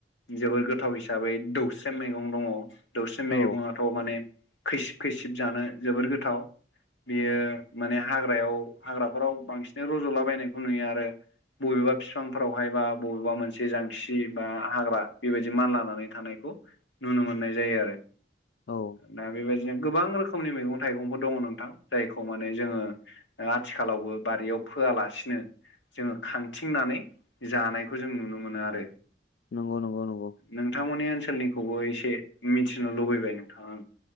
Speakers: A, on the left; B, on the left.
A: जोबोर गोथाव हिसाबै दौस्रम मैगं दङ दौसे
B: औ
A: मेगुङाथ' माने खैसिब खैसिब जानो जोबोर गोथाव बेयो माने हाग्रायाव हाग्राफोराव बांसिनै रज'लाबायनायखौ नुयो आरो बबेबा बिफांफोरावहाय बा बबेबा मोनसे जांखि बा हाग्रा बेबायदि मान लानानै थानायखौ नुनो मोननाय जायो आरो
B: औ
A: दा बेबायदिनो गोबां रोख खोमनि मैगं थाइगंफोर दङ नोंथां जायखौ माने जोङो आथिखालावबो बारियाव फोयालासिनो जोङो खांथिंनानै जानायखौ जों नुनो मोनो आरो
B: नंगौ नंगौ नंगौ
A: नोंथांमोननि ओनसोलनिखौबो एसे मिथिनो लुबैबाय नोंथां आं